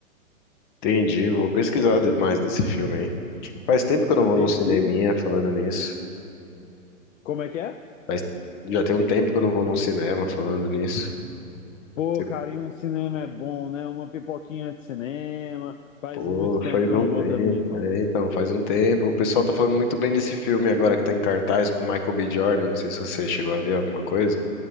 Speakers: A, on the left; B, on the left.
A: Entendi. Vou pesquisar de- mais desse filme aí. Faz tempo que eu não vou
B: Perfeito.
A: num cineminha falando nisso.
B: Como é que é?
A: Faz... Já tem um tempo que eu não vou num cinema falando nisso.
B: Pô,
A: Tipo,
B: carinho, um cinema é bom, né? Uma pipoquinha de cinema. Faz
A: Pô,
B: muito tempo
A: faz
B: que eu
A: um
B: não
A: tempo.
B: vou também, cara.
A: É, então, faz um tempo. O pessoal tá falando muito bem desse filme agora que tá em cartaz com o Michael B. Jordan. Não sei se você chegou a ver alguma coisa.